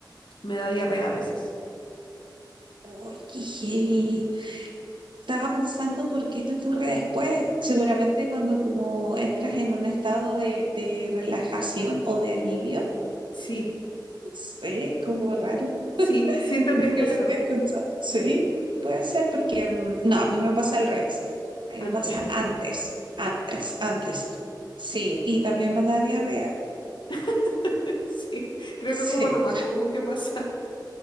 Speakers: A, on the left (about 80°); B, on the right (about 85°).
A: me da diarrea a veces.
B: Oye, qué heavy. Estaba pensando por qué te ocurre después. Seguramente cuando como entras en un estado de, de relajación o de alivio,
A: Sí,
B: no sé, como raro.
A: sí, siento
B: Nunca
A: que es eso,
B: lo había escuchado. Sí, puede ser porque, mm, no, a mí me pasa al revés. A mí
A: antes.
B: me pasa antes, antes, antes. Sí, y también me da diarrea. <laughs>
A: <laughs> Sí, creo
B: Sí,
A: que es como lo más común que pasa.